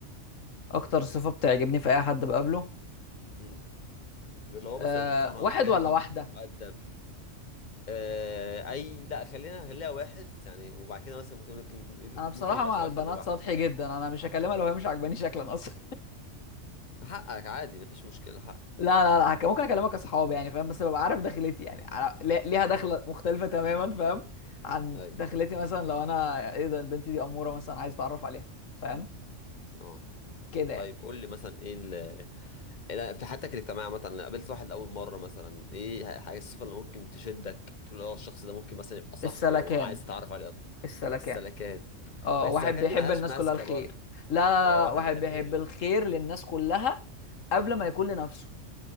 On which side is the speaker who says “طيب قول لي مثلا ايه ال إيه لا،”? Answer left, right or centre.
Left